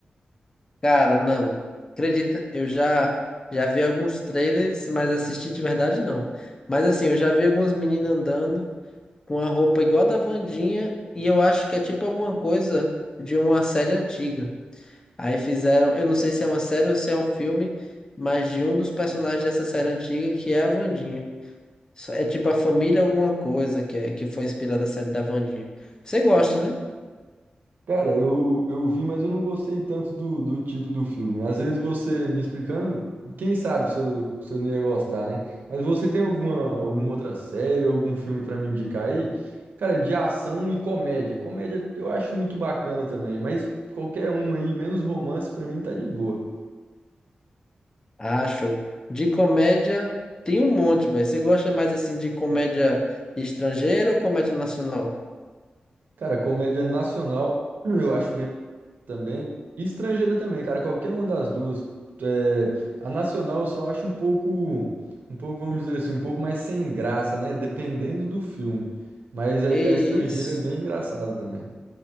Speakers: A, on the left (about 25°); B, on the right (about 75°).
A: Cara, não. Acredita, eu já já vi alguns trailers, mas assisti de verdade não. Mas assim, eu já vi algumas meninas andando com a roupa igual a da Wandinha e eu acho que é tipo alguma coisa de uma série antiga. Aí fizeram, eu não sei se é uma série ou se é um filme, mas de um dos personagens dessa série antiga que é a Wandinha. Só- É tipo a família alguma coisa que, é, que foi inspirada da série da Wandinha. Você gosta, né?
B: Cara, eu, eu vi, mas eu não gostei tanto do, do tipo do filme. Às vezes você me explicando, quem sabe se eu, se eu não ia gostar, né? Mas você tem alguma,
A: Uhum.
B: alguma outra série, algum filme pra me indicar aí? Cara, de ação e comédia. Comédia eu acho muito bacana também, mas qualquer um aí, menos romance, pra mim tá de boa.
A: Ah, show. De comédia, tem um monte, velho. Você gosta mais assim de comédia estrangeira ou comédia nacional?
B: Cara, comédia nacional <clears throat> eu acho também. E estrangeira também, cara. Qualquer uma das duas. É, a nacional eu só acho um pouco, um pouco, vamos dizer assim, um pouco mais sem graça, né? Dependendo do filme. Mas a,
A: Que
B: a estrangeira
A: isso?
B: é bem engraçada também.